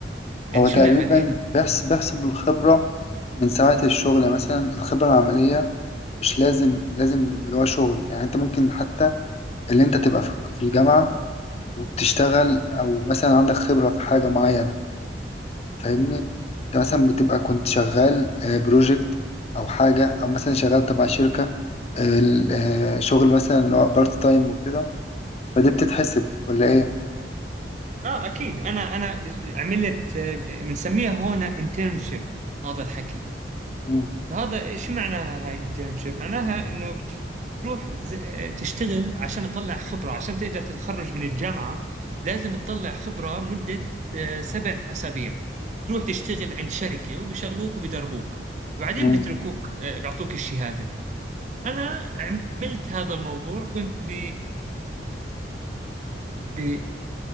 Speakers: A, on the right; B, on the left.
A: يعني
B: هو تقريبا
A: شو نعمل إحنا
B: بيحس بيحسب الخبرة من ساعة الشغل يعني مثلا الخبرة العملية مش لازم لازم اللي هو شغل يعني انت ممكن حتى اللي انت تبقى في في الجامعة وبتشتغل او مثلا عندك خبرة في حاجة معينة فاهمني انت مثلا بتبقى كنت شغال بروجكت او حاجة او مثلا شغال تبع شركة ال- آه، شغل مثلا اللي هو بارت تايم وكده فدي بتتحسب ولا ايه
A: آه أكيد أنا أنا عملت آه، بنسميها هون انترنشيب هذا الحكي
B: مم.
A: فهذا شو معناها هاي انترنشيب معناها انه بتروح ز- تشتغل عشان تطلع خبرة عشان تقدر تتخرج من الجامعة لازم تطلع خبرة مدة آه، سبع أسابيع تروح تشتغل عند شركة وبيشغلوك وبيدربوك وبعدين
B: مم.
A: بتركوك آه، بيعطوك الشهادة أنا عملت هذا الموضوع كنت ب ب